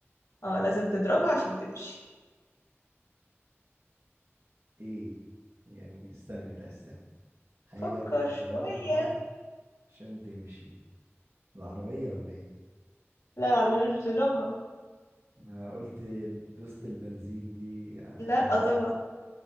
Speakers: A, on the left (about 80°); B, on the right (about 70°).
A: اه لازم تضربها عشان تمشي
B: ايه يعني استني لا استني حاجة
A: فكر
B: اضربها
A: شوية
B: عشان تمشي العربية ولا ايه
A: لا العربية مش بتضربها
B: ما قلت دوست البنزين دي اعتبرها
A: لا
B: ضرب
A: آه طبعا